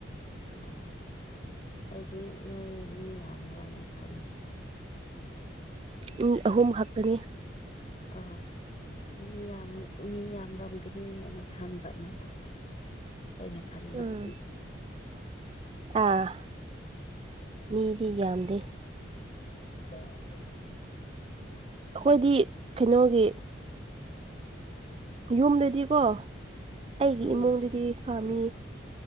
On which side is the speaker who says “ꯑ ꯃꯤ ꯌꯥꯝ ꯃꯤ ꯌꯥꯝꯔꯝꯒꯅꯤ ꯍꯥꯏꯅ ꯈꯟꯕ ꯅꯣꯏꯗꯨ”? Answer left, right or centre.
Left